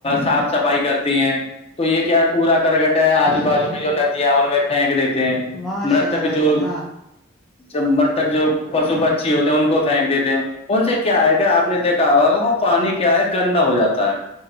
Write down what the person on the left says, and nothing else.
صاف صفائی کرتی ہیں تو یہ کیا کوڑا کرگٹ ہے آجو بازو کی جو ندیاں ان میں پھینک دیتے ہیں
مرتک
جو
جب مرتک جو پشو پچھی ہوتے ہیں ان کو پھینک دیتے ہیں ان سے کیا ہے کیا آپ نے دیکھا ہوا وہ پانی کیا ہے گندا ہو جاتا ہے